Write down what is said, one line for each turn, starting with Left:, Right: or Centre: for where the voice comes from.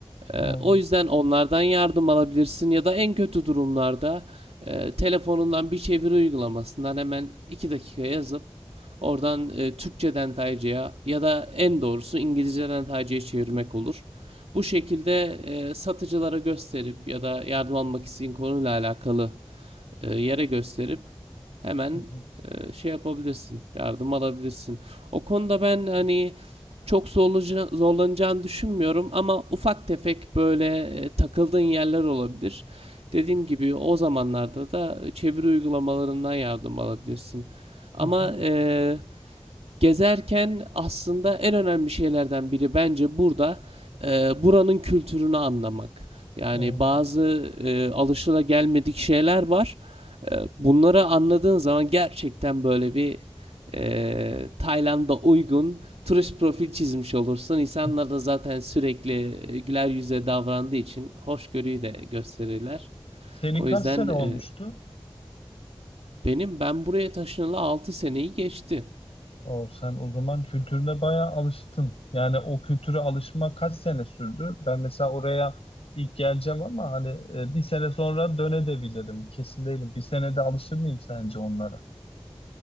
Right: Ee,
Left: Evet.
Right: o yüzden onlardan yardım alabilirsin ya da en kötü durumlarda e, telefonundan bir çeviri uygulamasından hemen 2 dakika yazıp oradan e, Türkçeden Tayca'ya ya da en doğrusu İngilizceden Tayca'ya çevirmek olur. Bu şekilde e, satıcılara gösterip ya da yardım almak isteyen konuyla alakalı e, yere gösterip hemen
Left: Hı hı.
Right: e, şey yapabilirsin, yardım alabilirsin. O konuda ben hani çok zorlaca- zorlanacağını düşünmüyorum ama ufak tefek böyle e, takıldığın yerler olabilir. Dediğim gibi o zamanlarda da çeviri uygulamalarından yardım alabilirsin. Ama
Left: Hı hı.
Right: e, Gezerken aslında en önemli şeylerden biri bence burada e, buranın kültürünü anlamak. Yani
Left: hı.
Right: bazı e, alışılagelmedik şeyler var. E, bunları anladığın zaman gerçekten böyle bir e, Tayland'a uygun turist profil çizmiş olursun. İnsanlar
Left: Ee,
Right: da zaten sürekli e, güler yüzle davrandığı için hoşgörüyü de gösterirler.
Left: Senin
Right: O
Left: kaç
Right: yüzden
Left: sene
Right: e,
Left: olmuştu?
Right: benim ben buraya taşınalı 6 seneyi geçti.
Left: O sen o zaman kültürüne bayağı alıştın. Yani o kültüre alışma kaç sene sürdü? Ben mesela oraya ilk geleceğim ama hani e, bir sene sonra dönebilirim. Kesin değilim. Bir senede alışır mıyım sence onlara?